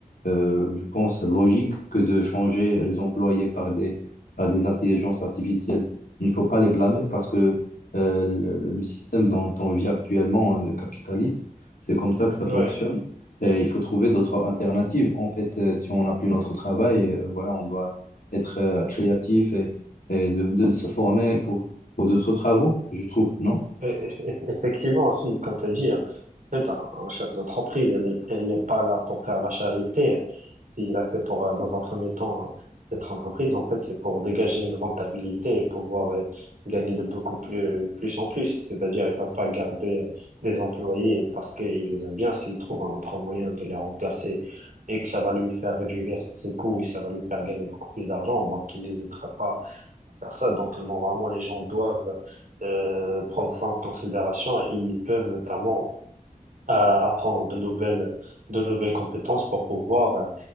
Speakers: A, on the left (about 80°); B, on the right (about 65°).
A: euh, je pense, logique que de changer les employés par des, par des intelligences artificielles. Il ne faut pas les blâmer parce que euh, le, le- le système dont on vit actuellement, euh, capitaliste, c'est comme ça que ça
B: oui.
A: fonctionne. Et il faut trouver d'autres alternatives. En fait, euh, si on n'a plus notre travail, euh, voilà, on doit être euh, créatif et et de, de se former pour pour d'autres travaux, je trouve, non?
B: Eff- eff- Effectivement, aussi, comme tu as dit, en fait, un, un chef d'entreprise, elle est, elle est pas là pour faire la charité. S'il a fait pour, euh, dans un premier temps, cette entreprise, en fait, c'est pour dégager une rentabilité et pouvoir euh, gagner de beaucoup plus, plus en plus. C'est-à-dire, il va pas garder euh, des employés parce qu'il les aime bien s'il trouve un autre moyen de les remplacer et que ça va lui faire réduire ses coûts et ça va lui faire gagner beaucoup plus d'argent. Donc, il n'hésitera pas faire ça. Donc, normalement, les gens doivent euh, prendre ça en considération et ils peuvent notamment euh, apprendre de nouvelles, de nouvelles compétences pour pouvoir euh,